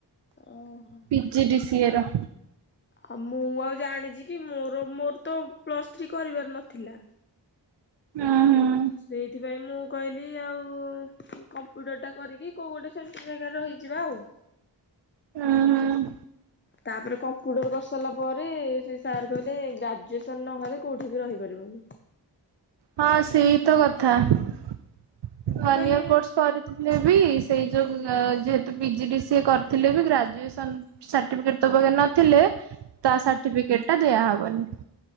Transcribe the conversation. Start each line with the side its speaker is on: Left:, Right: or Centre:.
Left: ଓହୋ
Right: P G D C A ର
Left: ଆଉ ମୁଁ ଆଉ ଜାଣିଛି କି ମୋର ମୋର ତ ପ୍ଲସ୍ ଥ୍ରୀ କରିବାର ନଥିଲା।
Right: ହୁଁ। ହୁଁ
Left: ସେଇଥିପାଇଁ ମୁଁ କହିଲି ଆଉ କମ୍ପ୍ୟୁଟର ଟା କରିକି କୋଉ ଗୋଟେ ସେଣ୍ଟର ଜାଗା ରହିଯିବା ଆଉ।
Right: <inaudible> ହୁଁ।
Left: ତା ପରେ କମ୍ପା ମ୍ପୁଟର କରି ସାରିଲା ପରେ ସେ ସାର୍ କହିଲେ ଗ୍ରାଜୁଏସନ ନହେଲେ କୋଉଠି ବି ରହିପାରିବନି।
Right: ହଁ ସେଇ ତ କଥା ୱାନ
Left: ମୁଁ କହିଲି
Right: ୟଇର କୋର୍ସ କରିଥିଲେ ବି ସେଇ ଯୋଉ ଅଁ ଯେହେତୁ P G D C A କରିଥିଲେ ବି ଗ୍ରାଜୁଏସନ ସାର୍ଟିଫିକେଟ ତୋ ପାଖରେ ନ ଥିଲେ ତା ସାର୍ଟିଫିକେଟ ଟା ଦିଆ ହବନି।